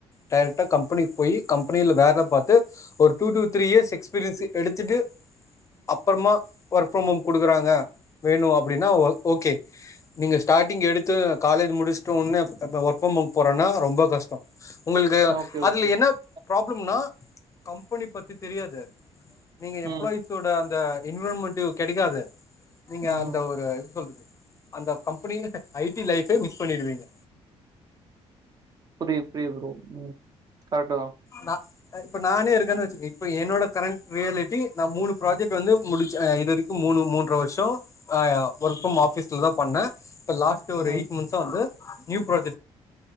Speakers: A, on the left; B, on the right.
A: டைரக்டா கம்பனிக்கு போய் கம்பனில வேல பாத்து ஒரு two two three years experience
B: ம்
A: எடுத்துட்டு அப்பறமா ஒர்க் ஃப்ரம் ஓம் குடுக்குறாங்க வேணு அப்புடினா ஓ ஓகே நீங்க ஸ்டாட்டிங் எடுத்து காலேஜ் முடிஷ்ட்டு உன்னே அ ஒர்க் ஃப்ரம் ஓம் போறனா ரொம்ப கஷ்டோ உங்களுக்கு
B: ஓகே ஓகே
A: அதுல
B: ஓகே
A: என்ன ப்ராப்ளம்னா கம்பெனி பத்தி தெரியாது நீங்க எம்ப்ளாயிஸ்
B: ம்
A: ஸோட அந்த என்வ்ரான்மெண்ட்டு கெடைக்காது நீங்க
B: ம்
A: அந்த ஒரு எப் சொல்றது அந்த கம்பெனி ஐடி லைஃபே மிஸ் பண்ணிடுவீங்க
B: புரித் புரித் ப்ரோ ம் கரட்டு தா
A: நா அ இப்ப நானே இருக்கேனு வச்சிக்க இப்ப என்னோட கரண் ரியாலிட்டி நா மூணு ப்ராஜெக்ட் வந்து முடிச்ச இது வரிக் கு மூணு மூன்ற வருஷோ ஆ ஒர்க் ஃப்ரம் ஆபிஸ்ல தா பண்ண இப்ப லாஸ்ட்டு ஒரு
B: ம்
A: எயிட் மந்த்சா வந்து நியூ ப்ராஜெக்